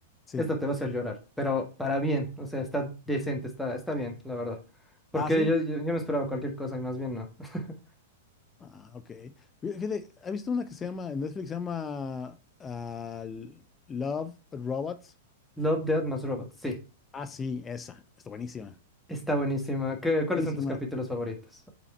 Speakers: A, on the left (about 20°); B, in the centre.
A: Sí,
B: esta te va a hacer llorar, pero para bien. O sea, está decente, está, está bien, la verdad. Porque
A: ah, sí,
B: yo, yo, yo me esperaba cualquier cosa y más bien no. <laughs>
A: ah, ok. Fíjate, ¿has visto una que se llama, en Netflix se llama ah, Love Robots?
B: Love, Death más Robots, sí.
A: Ah, sí, esa, está buenísima,
B: Está buenísima. ¿Qué, cuáles
A: buenísima.
B: son tus capítulos favoritos?